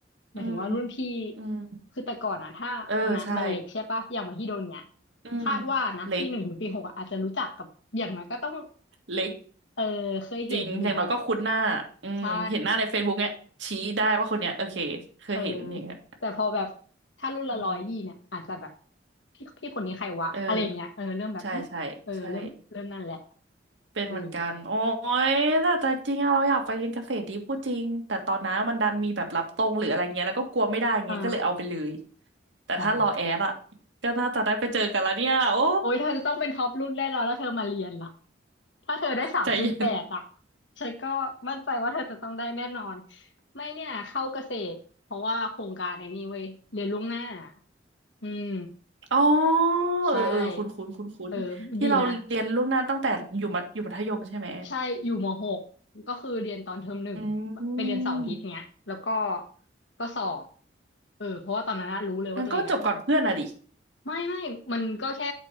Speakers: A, on the left; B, on the right.
A: หมายถึงว่ารุ่นพี่
B: อืมอืม
A: คือแต่ก่อนอะถ้าคณะมันเล็กใช่ปะอย่างมหิดลเนี่ย
B: เออใช่อืม
A: คาดว่านะปีหนึ่งถึงปีหกอะอาจจะรู้จักกับอย่างน้อยก็ต้อง
B: เล็กเล็ก
A: เออเคยเห็นหรือแบบ
B: จริงอย่างน้อยก็คุ้นหน้าอืมเห็นหน้าใน
A: ใช่
B: Facebook เนี้ยชี้ได้ว่าคนเนี้ยโอเคเคยเห็นอย่างเงี้ย
A: เออแต่พอแบบถ้ารุ่นละร้อยยี่เนี่ยอาจจะแบบ
B: อืม
A: พี่พี่คนนี้ใครวะอะไรอย่างเงี้ยเออเริ่มแบบอืมเออเริ่มเริ่มนั่นแหละ
B: เออใช่ใช่ใช่เป็นเหมือนกันโอ้
A: เออ
B: ยน่าจะจริงอะเราอยากไปเรียนเกษตรดีพูดจริงแต่ตอนนั้นมันดันมีแบบรับตรงหรืออะไรเงี้ยแล้วก็กลัวไม่ได้เงี้ยก็เลยเอาไปเลย
A: อ่า
B: แต่ถ้ารอแอดอะ
A: อ๋อ
B: ก็น่าจะได้ไปเจอกันแล้วเนี่ยโอ้
A: โอ้ยเธอจะต้องเป็นท็อปรุ่นแน่นอนแล้วเธอมาเรียนล่ะถ้าเธอได้สามจุดแปดอ่ะ
B: ใจเย็น
A: ฉันก็มั่นใจว่าเธอจะต้องได้แน่นอนไม่เนี่ยเข้าเกษตรเพราะว่าโครงการไอ้นี่เว้ยเรียนล่วงหน้าอืม
B: อ๋อ
A: ใช่
B: เออเออคุ้นคุ้นคุ้นคุ้นๆที่เราเรียนล่วงหน้าตั้งแต่อยู่มัธอยู่มัธยมใช่ไหม
A: เออดีนะ ใช่อยู่มหกก็คือเรียนตอนเทอมหนึ่ง
B: อื
A: ไปเรียนเสาร์อาทิตย์เนี้ย
B: ม
A: แล้วก็ก็สอบเออเพราะว่าตอนนั้นอะรู้เลยว่าตัวเองอะ
B: งั้นก็จบก่อนเพื่อนอะดิ
A: ไม่ไม่มันก็แค่